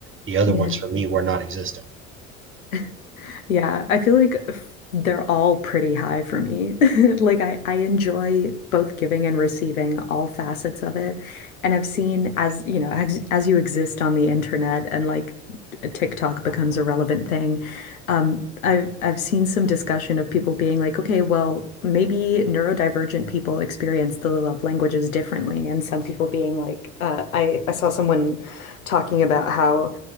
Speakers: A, on the right (about 30°); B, on the left (about 80°).
A: the other
B: Yeah.
A: ones for me were not existent.
B: <laughs> Yeah, I feel like f- they're all pretty high for me. <laughs> Like I, I enjoy both giving and receiving all facets of it. And I've seen as, you know, as, as you exist on the internet and like TikTok becomes a relevant thing, um, I've I've seen some discussion of people being like, okay, well, maybe neurodivergent people experience the love languages differently. And some people being like, uh, I, I saw someone talking about how